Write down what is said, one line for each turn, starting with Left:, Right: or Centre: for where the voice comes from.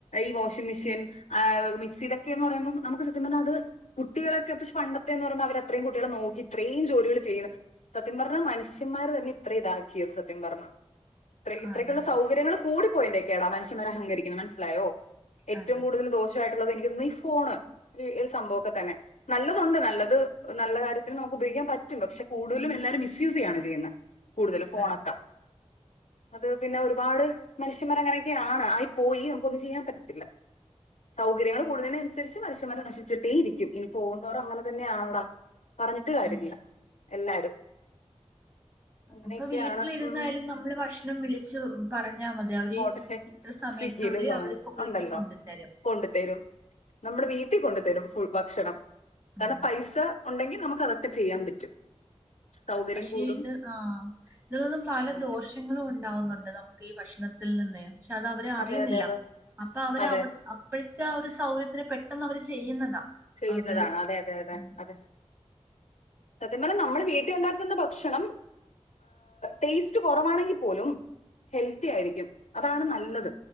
Left: ഈ വാഷിംഗ് മെഷീൻ ആഹ് മിക്സി ഇതൊക്കെ എന്ന് പറയുമ്പോം നമുക്ക് സത്യം പറഞ്ഞ അത് കുട്ടിയളൊക്കെ പക്ഷെ പണ്ടത്തെന്ന് പറയുമ്പോ അവര് അത്രയും കുട്ടികളേം നോക്കി ഇത്രയും ജോലികൾ ചെയ്യിണ സത്യം പറഞ്ഞ മനുഷ്യന്മാര് തന്നെ ഇത്രയും ഇതാക്കിയത് സത്യം പറഞ്ഞ ഇത്ര ഇത്രക്കുള്ള
Right: ആണ്
Left: സൗകര്യങ്ങള് കൂടി പോയിന്റെക്കെടാ മനുഷ്യന്മാർ അഹങ്കരിക്ക്ണെ മനസ്സിലായോ ഏറ്റവും
Right: ആണ്
Left: കൂടുതൽ ദോഷ ഷായിട്ടുള്ളത് എനിക്ക് തോന്നുന്നു ഈ ഫോണ് ഒരു സംഭവംക്കെ തന്നെ നല്ലതുണ്ട് നല്ലത് നല്ല കാര്യത്തിൽ നമുക്ക് ഉപയോഗിക്കാൻ പറ്റും പക്ഷെ കൂടുതലും എല്ലാവരും മിസ്സ്‌ യൂസ് ചെയ്യാണ് ചെയ്യുന്നെ കൂടുതലും ഫോണൊക്കാ
Right: അതെ
Left: അത് പിന്നെ ഒരുപാട് മനുഷ്യന്മാർ അങ്ങനെയൊക്കെയാണ് ആയി പോയി നമുക്ക് ഒന്നും ചെയ്യാൻ പറ്റത്തില്ല സൗകര്യങ്ങൾ കൂടുന്നതിന് അനുസരിച്ച് മനുഷ്യന്മാർ നശിച്ചിട്ടേ ഇരിക്കും ഇനി പോവുംന്തോറും അങ്ങനെ തന്നെയാണടാ പറഞ്ഞിട്ട് കാര്യല്ല
Right: അതെ
Left: എല്ലാരും അങ്ങനെയൊക്കെയാണ്
Right: ഇപ്പൊ വീട്ടിലിരുന്നായാലും
Left: ഉം
Right: നമ്മള് ഭക്ഷണം വിളിച്ച് പറഞ്ഞാൽ മതി അത് അവര്
Left: ഓർഡർ
Right: ഇത്ര സമയത്തിനുള്ളിൽ
Left: സ്വിഗ്ഗിയില് സൊമാറ്റോ
Right: അവർ വീട്ടിൽ
Left: ഉണ്ടല്ലോ
Right: കൊണ്ട് തരും
Left: കൊണ്ടുതരും നമ്മുടെ വീട്ടിൽ കൊണ്ടു തരും ഭക്ഷണം
Right: ഉം
Left: കാരണം പൈസ ഉണ്ടെങ്കിൽ നമുക്ക് അതൊക്കെ ചെയ്യാൻ പറ്റും സൗകര്യം
Right: പക്ഷെ
Left: കൂടും
Right: ഇത് ആഹ് ഇത് പല
Left: അങ്ങനെയൊക്കെ
Right: ദോഷം ഷങ്ങളും ഉണ്ടാവുന്നുണ്ട് നമുക്ക് ഈ ഭക്ഷണത്തിൽ നിന്ന് പക്ഷെ അത് അവര് അറിയുന്നില്ല
Left: അതെ അതെ അതെ
Right: അപ്പൊ അവര്
Left: അതെ
Right: അവിടെ അപ്പോഴത്തെ ആ ഒരു സൗകര്യത്തിന് പെട്ടെന്ന് അവര് ചെയ്യുന്നതാ
Left: ചെയ്യുന്നതാണ്
Right: അത്
Left: അതെ അതെ അതെ
Right: ഉം.
Left: അതെ സത്യം പറഞ്ഞ നമ്മുടെ വീട്ടിലുണ്ടാക്കുന്ന ഭക്ഷണം ടേസ്റ്റ് കുറവാണെങ്കിൽ പോലും ഹെൽത്തി ആയിരിക്കും അതാണ് നല്ലത്